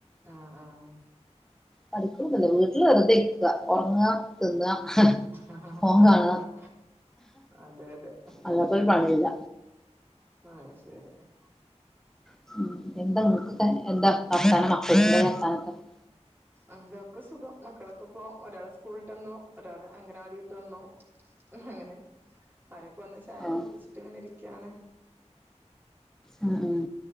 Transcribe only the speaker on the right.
ആഹ് ആഹ്
ആഹ്
അതെ അതെ
<unintelligible>
എന്തൊക്കെ സുഖം മക്കളൊക്കെ ഓരാള സ്കൂളിട്ടന്നു ഒരാള് അങ്ങനവാടിയിട്ട് വന്നു അങ്ങനെ അവരൊക്കെ വന്ന് ചായൊക്കെ
കുടിച്ചിട്ട് ഇങ്ങനെ ഇരിക്കയാണ്